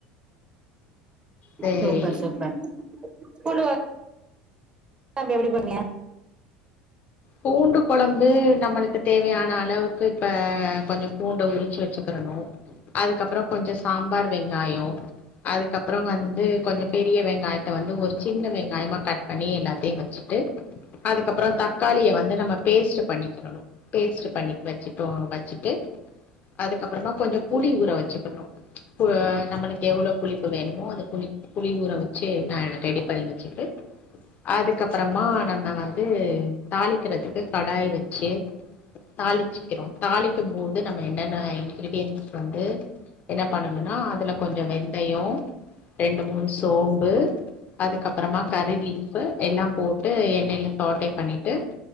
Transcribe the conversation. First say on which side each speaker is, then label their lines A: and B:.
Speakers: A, on the left; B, on the right.
A: சேரி
B: சூப்பர் சூப்பர் பூண்டு கொழ எப்டி பண்ணுவீங்க <inaudible>
A: பூண்டு கொழம்பு நம்மளுக்கு தேவையான அளவுக்கு இப்ப கொஞ்சோ பூண்ட உரிச்சு வச்சுக்கிறணு அதுக்கப்பறம் கொஞ்சோ சாம்பார் வெங்காயோ அதுக்கப்பறம் வந்து கொஞ்சோ பெரிய வெங்காயத்த வந்து ஒரு சின்ன வெங்காயமா கட் பண்ணி எல்லாத்தையு வச் ட்டு அதுக்கப்பறம் தக் காளிய வந்து நம்ம பேஸ்ட் பண்ணிக்கறணு பேஸ்ட் பண்ணி வச்சுட்டோ வச்சுட்டு அதுக்கப்பறமா கொஞ்சோ புளி ஊற வச்சுக்கணும் புவ நம்ளக்கு எவ்ளோ புளிப்பு வேணுமோ அத புளி புளி ஊற வச்சு நா ரெடி பண்ணி வச்சி அதுக்கப்பறமா நம்ம வந்து தாளிக்கிறதுக்கு கடாய் வச்சு தாளிச்சுக்கிறோ தாளிக்கும் போது நம்ம என்னென்ன இன்கிரீடியன்ஸ் வந்து என்ன பண்ணணும்னா அதுல கொஞ்சோ வெந்தயோ ரெண்டு மூணு சோம்பு அதுக்கப்பறமா கறி லீஃப் எல்லா போட்டு எண்ணெய் ல சாட்டே பண்ணி ட்டு